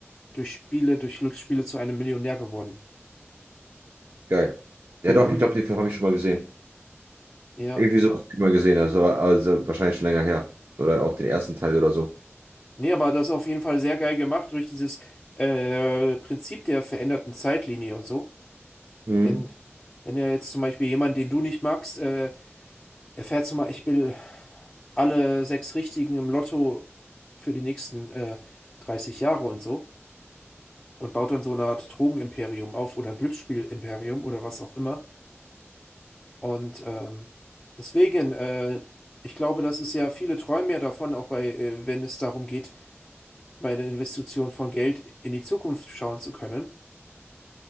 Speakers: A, on the left; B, on the right.
A: durch Spiele, durch Glücksspiele zu einem Millionär geworden.
B: geil. Ja, doch, ich glaube, den Film habe ich schon mal gesehen.
A: Ja.
B: Irgendwie so nicht mal gesehen, habe. das war also wahrscheinlich schon länger her. Oder auch den ersten Teil oder so.
A: Nee, aber das ist auf jeden Fall sehr geil gemacht durch dieses äh, Prinzip der veränderten Zeitlinie und so.
B: Mhm.
A: Wenn, wenn ja jetzt zum Beispiel jemand, den du nicht magst, äh, erfährt zum Beispiel alle sechs Richtigen im Lotto für die nächsten äh, 30 Jahre und so und baut dann so eine Art Drogenimperium auf oder ein Glücksspielimperium oder was auch immer. Und ähm, deswegen, äh, ich glaube, das ist ja, viele träumen ja davon, auch bei, äh, wenn es darum geht, bei der Investition von Geld in die Zukunft schauen zu können.